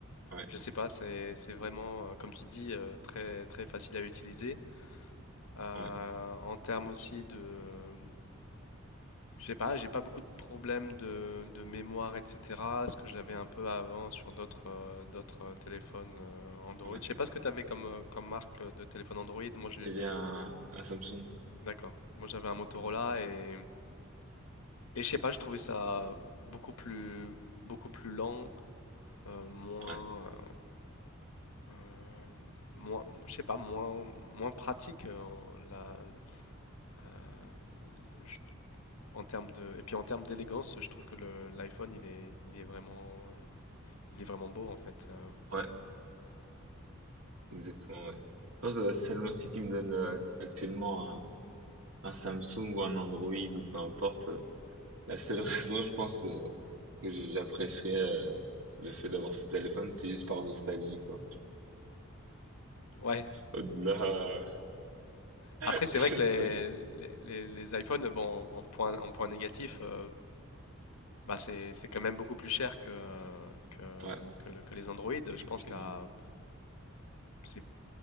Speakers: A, on the right (about 75°); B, on the left (about 85°).
A: Ouais,
B: je sais pas, c'est, c'est vraiment, euh, comme tu dis, euh, très, très facile à utiliser. Euh,
A: ouais,
B: en termes aussi de, je sais pas, j'ai pas beaucoup de problèmes de, de mémoire, etc. Ce que j'avais un peu avant sur d'autres, euh, d'autres téléphones euh, Android.
A: ouais.
B: Je sais pas ce que tu avais comme, euh, comme marque euh, de téléphone Android. Moi, je
A: J'avais un, un Samsung.
B: D'accord. Moi, j'avais un Motorola
A: Ouais,
B: et, et je sais pas, je trouvais ça beaucoup plus, beaucoup plus lent, euh, moins,
A: ouais,
B: euh, euh, moins, je sais pas, moins, moins pratique euh, la- euh, je- en termes de, et puis en termes d'élégance, je trouve que le- l'iPhone, il est, il est vraiment, il est vraiment beau en fait. euh.
A: ouais, exactement, ouais. Je pense euh, seulement si tu me donnes euh, actuellement un, un Samsung ou un Android ou peu importe, euh, la seule <laughs> raison, je pense, euh, que j'apprécierais euh, le fait d'avoir ce téléphone, c'est juste par nostalgie, quoi.
B: ouais.
A: Au-delà, euh, <laughs>
B: Après, c'est
A: je
B: vrai que les,
A: serais...
B: les, les- les iPhones, bon, en en point, en point négatif. euh, Bah, c'est c'est quand même beaucoup plus cher que, que,
A: Ouais.
B: que le- que les Android. Je
A: Effectivement.
B: pense qu'à, c'est